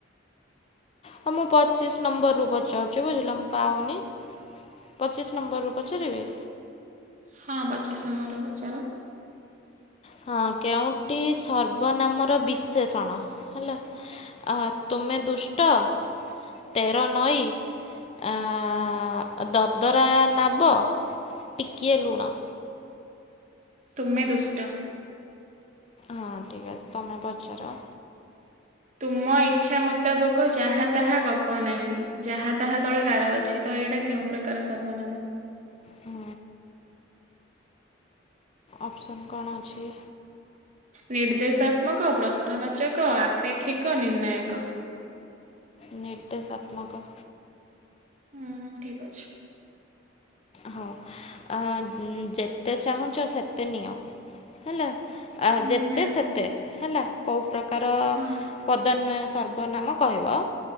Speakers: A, on the left; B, on the right.
A: ହଁ ମୁଁ ପଚିଶ ନମ୍ବରରୁ ପଚାରୁଛି ବୁଝିଲ ମୁଁ ପାଉନି। ପଚିଶ ନମ୍ବରରୁ ପଚାରିବି?
B: ହଁ ପଚିଶ ନମ୍ବରରୁ ପଚାର।
A: ହଁ କେଉଁଟିି ସର୍ବନାମର ବିଶେଷଣ ହେଲା? ଆ ତୁମେ ଦୁଷ୍ଟ ତେର ନଈ ଆ ଆ ଦଦରା ନାବ। ଟିକେ ଲୁଣ।
B: ତୁମେ ଦୁଷ୍ଟ।
A: ହଁ ଠିକ୍ ଅଛି ତମେ ପଚାର?
B: ତୁମ ଇଚ୍ଛା ମୁତାବକ ଯାହା ତାହା ଗପ ନାହିଁ ଯାହା ତାହା ତଳେ ଗାର ଅଛି ତ ଏଇଟା କେଉଁ ପ୍ରକାର ସର୍ବନାମ?
A: ହୁଁ। ଅପ୍ସନ୍ କଣ ଅଛି?
B: ନିର୍ଦ୍ଦେଶାତ୍ମକ, ପ୍ରଶ୍ନବାଚକ, ଆପେକ୍ଷିକ ନିର୍ଣ୍ଣୟକ।
A: ନିର୍ଦ୍ଦେଶାତ୍ମକ।
B: ହୁଁ ଠିକ ଅଛି।
A: ହଉ ଆ ଯେତେ ଚାହୁଁଛ ସେତେ ନିଅ ହେଲା। ଆ
B: ହୁଁ
A: ଯେତେ
B: ହୁଁ
A: ସେତେ ହେଲା କୋଉ ପ୍ରକାର
B: ହଁ
A: ପଦନ୍ୱୟ ସର୍ବନାମ କହିବ